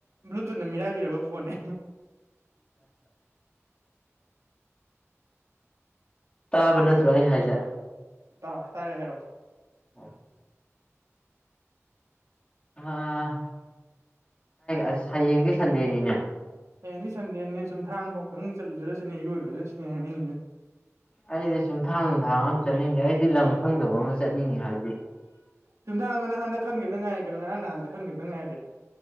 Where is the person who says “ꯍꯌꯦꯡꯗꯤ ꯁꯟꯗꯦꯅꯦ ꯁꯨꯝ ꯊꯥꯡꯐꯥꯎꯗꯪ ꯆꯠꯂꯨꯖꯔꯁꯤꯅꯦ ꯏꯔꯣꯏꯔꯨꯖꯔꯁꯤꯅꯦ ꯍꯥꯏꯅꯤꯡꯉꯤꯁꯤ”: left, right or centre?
Right